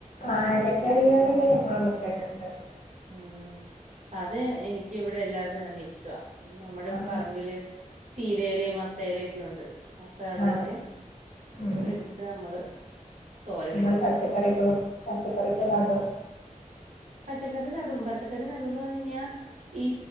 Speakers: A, on the left; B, on the right.
A: ആ എലക്കറികളൊക്കെ ഞങ്ങള് വേക്കല് ണ്ട്
B: ഉംഅത് എനിക്ക് ഇവിടെ എല്ലാർക്കും തന്നെ ഇഷ്ട വ നമ്മുടെ
A: ആ
B: പറമ്പില് ചീരയില മത്തേലൊക്കെ ഉണ്ട് അപ്പൊ അതൊക്കെ
A: ആ ഉം.
B: എടുത്ത് ന മ്ള് തോരൻ
A: നിങ്ങള്
B: വെക്കയൊക്കെ
A: പച്ചക്കറിയൊക്കെ
B: ചെയ്യും
A: വെ പച്ചക്കറിയൊക്കെ നടുവോ?
B: പച്ചക്കറി നടും പച്ചക്കറി നടുംന്ന് പർഞ് ഞ്ഞ ഈ